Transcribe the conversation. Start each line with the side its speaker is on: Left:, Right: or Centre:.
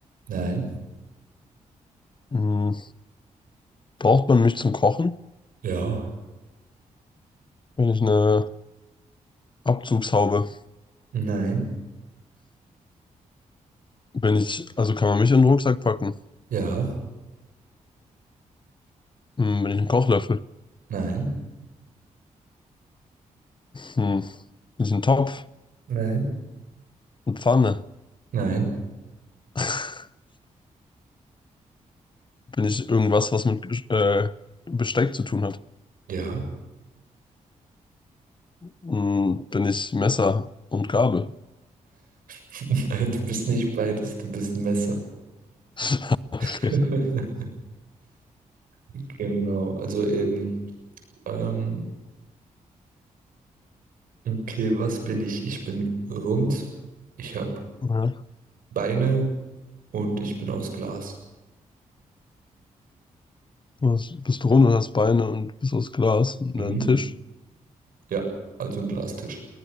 Right: Nein.
Left: Mm, braucht man mich zum Kochen?
Right: Ja.
Left: Bin ich eine Abzugshaube?
Right: Nein.
Left: Wenn ich, also kann man mich in den Rucksack packen?
Right: Ja.
Left: Hm, bin ich ein Kochlöffel?
Right: Nein.
Left: Hm. Bin ich ein Topf?
Right: Nein,
Left: Eine Pfanne?
Right: nein,
Left: <laughs> Bin ich irgendwas, was mit Gesch- äh, Besteck zu tun hat?
Right: ja.
Left: Hm, bin ich Messer und Gabel?
Right: <laughs> Nein, du bist nicht beides, du bist ein Messer.
Left: <laughs> Okay.
Right: <laughs> Genau, also eben, ähm, okay, was bin ich? Ich bin rund, ich habe
Left: Ja.
Right: Beine und ich bin aus Glas.
Left: Was, bist du rund und hast Beine und bist aus Glas und
Right: Mhm.
Left: ein Tisch?
Right: Ja, also ein Glastisch.